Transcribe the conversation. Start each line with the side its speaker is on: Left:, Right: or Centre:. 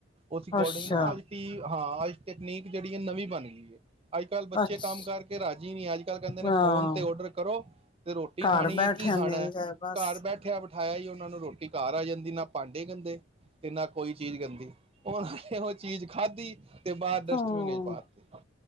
Right: ਉਸ ਅਕੋਡਿੰਗ
Left: ਅੱਛਾ
Right: ਨਾ ਅੱ ਟੀ ਹਾਂ ਅੱਜ ਤੈਕਨੀਕ ਜਿਹੜੀ ਹੈ ਨਵੀਂ ਬਣ ਗਈ ਹੈ ਅੱਜ ਕੱਲ੍ਹ ਬੱਚੇ
Left: ਅੱਛਾ
Right: ਕੰਮ ਕਰਕੇ ਰਾਜੀ ਨਹੀਂ ਅੱਜ ਕੱਲ ਕਹਿੰਦੇ ਨੇ
Left: ਹਾਂ
Right: ਫੋਨ ਤੇ ਔਡਰ ਕਰੋ ਤੇ ਰੋਟੀ
Left: ਘਰ
Right: ਖਾਣੀ
Left: ਬੈਠਿਆਂ
Right: ਹੈ ਕੀ ਖਾਣਾ
Left: ਮਿਲ ਜਾਏ ਬਸ
Right: ਘਰ ਬੈਠਿਆ ਖਾਇਆ ਹੀ ਉਹਨਾਂ ਨੂੰ ਰੋਟੀ ਕਾਰ ਆ ਜਾਂਦੀ ਨਾ ਭਾਂਡੇ ਗੰਦੇ ਤੇ ਨਾ ਕੋਈ ਚੀਜ਼ ਗੰਦੀ ਉਹਨਾਂ ਨੇ ਉਹ ਚੀਜ਼ ਖਾਧੀ ਤੇ ਬਾਹਰ ਡਸਟਬਿਨ
Left: ਹੂੰ
Right: ਚ ਪਾ ਦਿੱਤੀ